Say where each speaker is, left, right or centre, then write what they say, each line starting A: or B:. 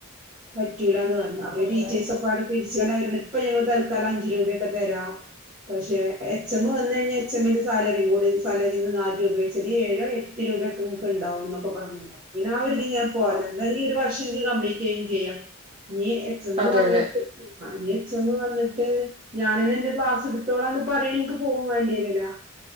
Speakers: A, on the right; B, on the right.
A: പ റ്റൂലാന്ന് പറഞ്ഞ് അപ്പൊ
B: ഉം ആഹ് ആഹ്
A: ഈ ടീച്ചേർസൊക്കെപ്പാടെ പിര് ച ഇപ്പൊ ഞങ്ങള് തൽക്കാലം അഞ്ച് രൂപയൊക്കെ തരാം പക്ഷെ എച്ചെമ്മ് വന്ന് കഴിഞ്ഞാ എച്ചെമ്മിന്റെ സാലറി കൂടി സാലറിന്ന് നാല് രൂപ വെച്ച് ഏഴോ എട്ട് രൂപയൊക്കെങ്ങക്ക്ണ്ടാവുംന്നൊക്കെ പറഞ്ഞ് ആ ഒര്തീല് ഞാൻ പോയതാ
B: ആഹ് അതെതെ ആഹ്
A: എന്തായാലും ഈ ഒര് വർഷം ൻക്ക് കപ്ലീറ്റ് ചെയ്യും ചെയ്യാം ഞ്ഞീ എച്ചെമ്മ്
B: അതെ
A: വന്ന്ട്ട്
B: അതെ
A: ഞ്ഞ് എച്ചെമ്മ് വന്ന്ട്ട് ഞാനന്നെന്റെ ക്ലാസ് ട്ത്തോളാന്ന് പറയണെ ൻക്ക് പോകും വേണ്ടെരൂല